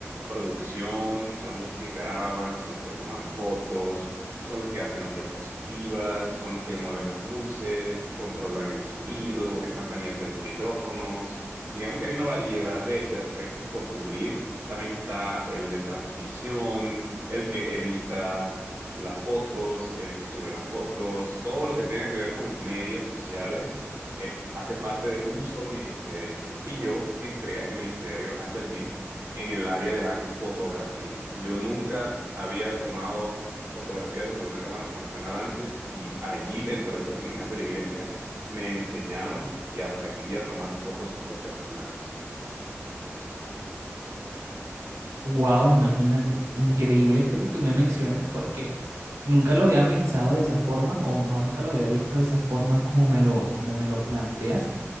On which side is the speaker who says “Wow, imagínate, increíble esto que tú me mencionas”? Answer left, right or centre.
Right